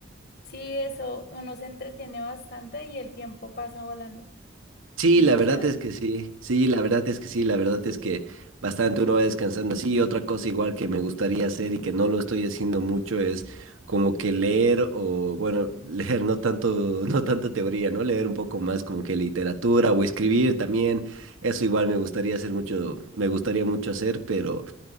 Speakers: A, on the left; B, on the right.
A: Sí, eso, uno se entretiene bastante y el tiempo pasa volando.
B: Sí,
A: Muy
B: la
A: chévere.
B: verdad es que sí, sí, la verdad es que sí, la verdad es que bastante uno va descansando así. Otra cosa igual que me gustaría hacer y que no lo estoy haciendo mucho es como que leer o, bueno, <laughs> leer no tanto, <laughs> no tanta teoría, ¿no? Leer un poco más como que literatura o escribir también. Eso igual me gustaría hacer mucho, me gustaría mucho hacer, pero